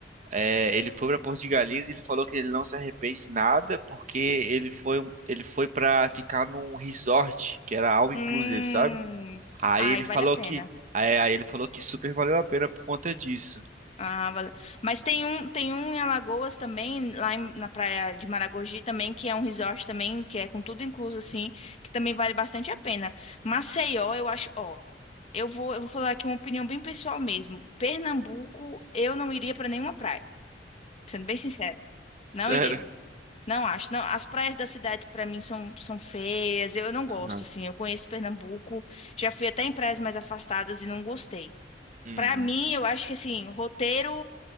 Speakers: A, on the right (about 45°); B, on the left (about 35°).
A: é, ele foi para Porto de Galinhas e ele falou que ele não se arrepende de nada porque ele foi, um- ele foi para ficar num resort que era all inclusive,
B: Hum.
A: sabe? Aí
B: Ai,
A: ele
B: vale
A: falou
B: a pena.
A: que, aí, aí ele falou que super valeu a pena por conta disso. <laughs>
B: Ah, vale. Mas tem um, tem um em Alagoas também, lá em- na praia de Maragogi também, que é um resort também, que é com tudo incluso assim, que também vale bastante a pena. Maceió, eu acho, ó. Eu vou, eu vou falar aqui uma opinião bem pessoal mesmo. Pernambuco, eu não iria para nenhuma praia, sendo bem sincero. Não
A: Sério?
B: iria. Não acho. Não, as praias da cidade para mim são, são feias. Eu, eu não gosto,
A: Aham.
B: assim. Eu conheço Pernambuco, já fui até em praias mais afastadas e não gostei.
A: Uhum.
B: Pra mim, eu acho que assim, roteiro